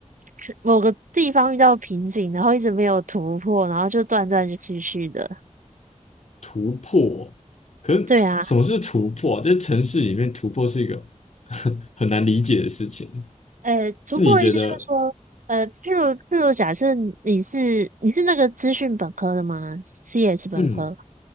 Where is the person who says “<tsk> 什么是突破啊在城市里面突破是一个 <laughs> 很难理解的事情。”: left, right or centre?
Left